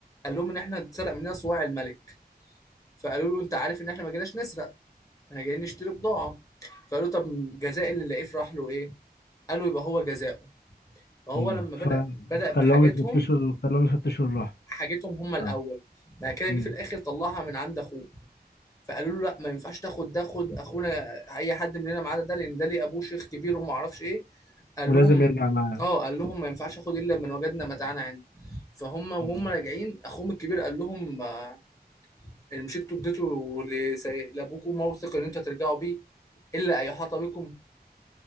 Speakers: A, on the left; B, on the left.
A: قال لهم ان احنا اتسرق مننا صواع الملك فقالوا له انت عارف ان احنا ما جيناش نسرق احنا جايين نشتري بضاعه فقالوا طب جزاء اللي نلاقيه في رحله ايه قالوا يبقى هو جزاؤه فهو
B: امم
A: لما
B: ف...
A: بدأ بدأ
B: فخلاهم
A: بحاجتهم
B: يفتشوا خلاهم يفتشوا الراحة
A: حاجتهم هم الاول
B: اه
A: بعد كده جه
B: امم
A: في الاخر طلعها من عند اخوه فقالوا له لا ما ينفعش تاخد ده خد اخونا اي حد مننا ما عدا ده لان ده ليه ابوه شيخ كبير وما اعرفش ايه قال
B: ولازم
A: لهم
B: يرجع معانا
A: اه قال لهم ما ينفعش اخد الا من وجدنا متاعنا عنده فهم وهم
B: مم.
A: راجعين اخوهم الكبير قال لهم آه، اللي مشيتوا اديته لسي- لابوكم موثق ان انتوا هترجعوا بيه الا ان يحاط بكم